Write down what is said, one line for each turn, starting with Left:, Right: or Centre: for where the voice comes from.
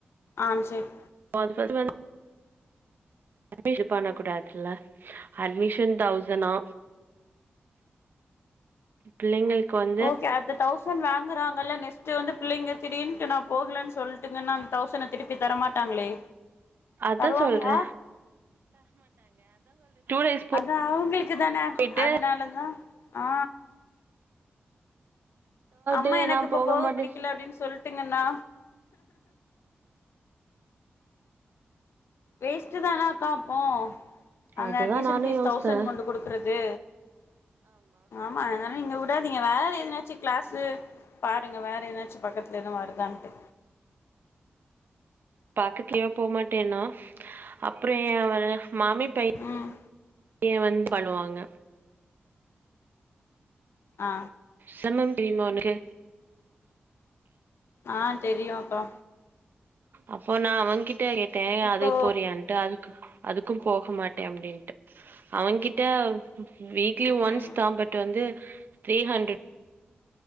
Left: ஆம் சேர்
Right: <unintelligible> அட்மினஷன் பண்ண கூடாதுல்ல அட்மிஷன் தௌசனா பிள்ளைங்களுக்கு வந்
Left: ஓகே அத்த தௌசண்ட் வாங்குறாங்கல்ல நெஸ் ஸ்ட் வந்து பிள்ளைங்க திடின்னுட்டு நா போகலன் சொல்ட்டுங்கன்னா அந்த தௌசன திருப்பி தரமாட்டாங்களே
Right: அத
Left: தருவாங்களா
Right: சொல்றே டேஸ்
Left: அதா அவுங்களுக்கு தான
Right: போயிட்டு
Left: அதனாலதா ஆ அம்மா
Right: டே
Left: எனக்கு
Right: நான்
Left: இப்ப போக
Right: மாட்டேன்
Left: புடிக்கல அப்டின்னு சொல்லிட்டுங்கண்ணா வேஸ்ட்டு தானா கா அப்போ அந்த
Right: அதுதா
Left: அட்மிஷன்
Right: நானு
Left: ஃபீஸ்
Right: யோசித்தே
Left: தௌசண் கொண்டு குடுக்குறது ஆமா அதனால நீங்க உடாதீங் நீங்க வேறு எத்னாச்சு க்ளாஸு பாருங்க வேறு எத்னாச்சு பக்கதுல எதுவு வருதான்ட்டு
Right: பக்கத்துலயு போமாட்டேன்னா அப்றொ என் அவ மாமி பைய
Left: ம்
Right: பையன் வந் பண்ணுவாங்க
Left: ஆ
Right: சமம் தெரியுமா உனக்கு
Left: ஆ தெரியு அக்கா
Right: அப்போ நா அவெ கிட்ட கேட்டே
Left: இப்போ
Right: அதுக்கு போறியான்ட்டு அதுக்கு அதுக்கு போக மாட்டே அப்டின்ட்டு அவெ கிட்ட வீக்லி ஒன்ஸ்
Left: ம்
Right: தா பட் வந்து த்ரீ ஹன்ட்ர